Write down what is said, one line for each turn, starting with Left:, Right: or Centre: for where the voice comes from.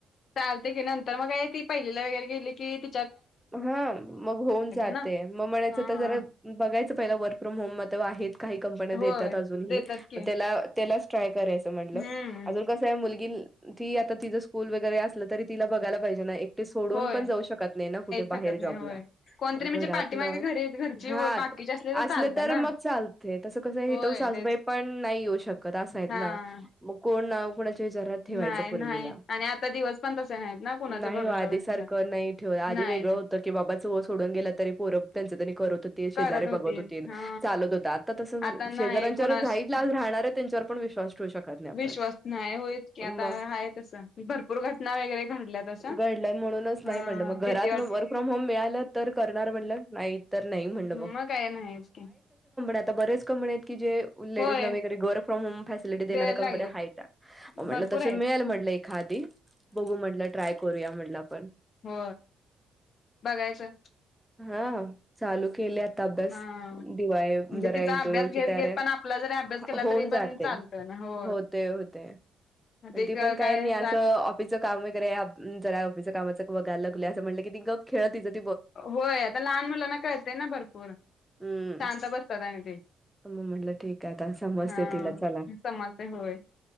Left: चालतय की नंतर मग काय ती पहिलीला वगैरे गेली की ती
Centre: हा मग होऊन जाते
Left: ना
Centre: मग म्हणायचं
Left: हा
Centre: तर जरा बघायचं पहिलं वर्क फ्रॉम होम म तव आहेत काही कंपन्या
Left: होय
Centre: देतात अजून
Left: देतात
Centre: हीतेला
Left: की
Centre: त्याला ट्राय करायचं रायच
Left: हम्म
Centre: म्हटल अजून कस आहे मुली ती आता तिचं स्कूल वगैरे असलं तरी तिला बघायला पाहिजे ना एकटे सोडून
Left: होय
Centre: पण जाऊ शकत नाही ना बाहे
Left: शकत नाही
Centre: जॉबला
Left: होय. कोणतरी म्हणजे
Centre: घरात
Left: पाठीमागे
Centre: न
Left: घरी घरची
Centre: हा
Left: बाकीचे
Centre: असले
Left: चालतं
Centre: तर
Left: ना.
Centre: मग चालते त कस
Left: होय
Centre: सासूबाई
Left: तेच
Centre: पण नाही येऊ शकत असाय
Left: हा.
Centre: ना कोण ना. ठेवायच
Left: नाही
Centre: पोरगी
Left: नाही
Centre: ला
Left: आणि आता दिवस पण तसे नाहीत ना कुणाच्या
Centre: नाही
Left: भरोशावर
Centre: आधी
Left: ठेवायला
Centre: सारख नाही ठेव.
Left: नाही
Centre: वेगळ
Left: ते.
Centre: होतं की बाबा चो सोडून गेला तरी पोर त्यांचनी करत.
Left: करत
Centre: शेज बघत होतीत
Left: हा
Centre: चालत होत आता तस
Left: आता नाही
Centre: शेजऱ्यांच्या
Left: कोणास
Centre: च्या साईट ला च राहणार पण विश्वास ठेवू शकत नाही आपण
Left: विश्वास नाही होईच की आता
Centre: मग
Left: आहे तस भरपूर घटना वगैरे घडल्या. तशा.
Centre: घडलंय म्हणूनच नाही
Left: हा
Centre: म्हणलं मग
Left: भीती
Centre: घरात
Left: वाटते
Centre: वर्क फ्रॉम होम मिळालं तर करणार म्हटलं नाही तर नाही म्हणलं.
Left: मग काय नाहीच की
Centre: आता बऱ्याच कंपन्या आहेत की जे लेडीज
Left: होय.
Centre: ला वगैरे वर्कर फ्रॉम होम. फेसलेएटी देणाऱ्या
Left: द्यायला
Centre: कंपन्या
Left: लागलेत
Centre: आहेता
Left: भरपूर
Centre: तसे
Left: आहेत
Centre: मिळेल म्हणलं. खादीी बघू म्हटलं ट्राय करूया म्हटलं पण.
Left: हो बघायचं.
Centre: हा हा चालूच् केले आता अभ्यास
Left: हा.
Centre: दिवाळी
Left: म्हणजे
Centre: जरा
Left: तिचा
Centre: इंटरव्ह्यूची
Left: अभ्यास घेत
Centre: <inaudible>
Left: घेत पण आपला जरी अभ्यास केला
Centre: होऊन
Left: तरी
Centre: जाते.
Left: पण चालतं ना हो
Centre: होते होते. आणि
Left: ते
Centre: ती पण
Left: काय
Centre: काही नाही असं
Left: जात
Centre: ऑफिसचं काम वगैरे जरा ऑफिस कामाचं <inaudible> करा लागलोय असं म्हटलं की गप्प खेळ तिज तिज
Left: होय आता लहान मुलांना कळतंय ना भरपूर,
Centre: हम्म
Left: शांत बसतात आणि ते.
Centre: मग म्हटलं ठीक आहे आता समजते
Left: हा
Centre: तिला चला
Left: समजतंय होय,